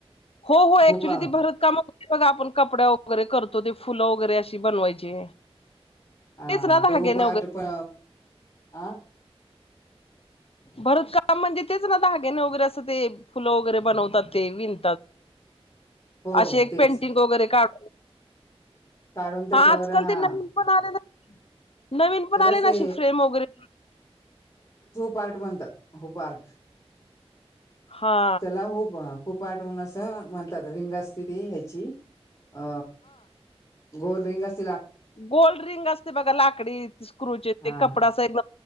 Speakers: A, on the left (about 65°); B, on the left (about 30°).
A: हो
B: हुपा
A: ऍक्च्युली ती भरत काम होते बघा. आपण कपड्या वगैरे करतो ते. फुलं वगैरे अशी बनवायची.
B: हा
A: तेच ना
B: तेव
A: धाग्याने
B: पाठ
A: वगैरे
B: पण अ
A: भरत काम म्हणजे तेच, ना दगिणे वगैरे असं ते फुलं वगैरे बनवतात, ते विन
B: हो
A: अशी एक
B: तेच
A: पेंटिंग वगैरे काढ
B: काढून त्याच्यावर
A: ह आजकाल
B: हा
A: ते नवीन पण आले ना. नवीन पण
B: त्यालाच
A: आले ना
B: ते
A: अशी फ्रेम वगैरे.
B: पार्ट म्हणतात, हु पार्ट
A: हा
B: त्याला होप अ हु पार्ट म्हणून असं म्हणतात, रिंग असते ते ह्याची अ गोल रिंग अशी
A: गोल्ड रिंग असते, बघा लाकडी स्क्रुचे
B: हा
A: कपडा एक